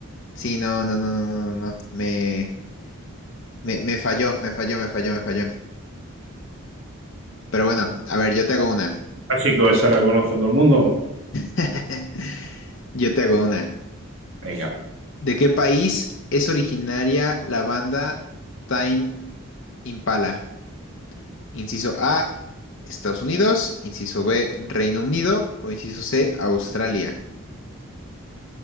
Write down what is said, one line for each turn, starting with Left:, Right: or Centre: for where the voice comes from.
Left: Sí, no, no, no, no, no, no. no. Me, me, me falló, me falló, me falló, me falló. Pero bueno, a ver, yo te hago una.
Right: Ah, chicos, esa la conoce todo el mundo.
Left: <laughs> Yo te hago una.
Right: Venga.
Left: ¿De qué país es originaria la banda Time Impala? Inciso A, Estados Unidos, inciso B, Reino Unido o inciso C, Australia.